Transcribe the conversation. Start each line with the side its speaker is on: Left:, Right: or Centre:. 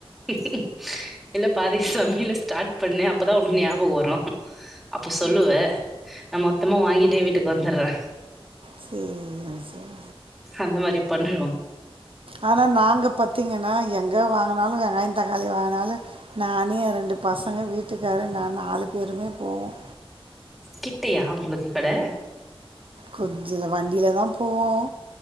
Centre: <inaudible> இல்ல பாதி சொல்ல ஸ்டாட் பண்ணு அப்பதான் உனக்கு ஞாபகம் வரும் அப்ப சொல்லுவே நம்மப் மொத்தமா வாங்கிட்டே வீட்டுக்கு வந்துறே
Right: செரி செரி
Centre: அந்த மாரி பண்ணிடுவாங்க
Right: ஆனா நாங்க பாத்தீங்கன்னா எங்க வாங்குனாலும் வெங்காயம் தக்காளி வாங்குனாலும் நானும் ரெண்டு பசங்க வீட்டுக்கார் நான் நாலு பேருமே போவோம்
Centre: கிட்டையா உங்களுக்கு கட
Right: கொஞ்சலவாணி இதுல தான் போவோம்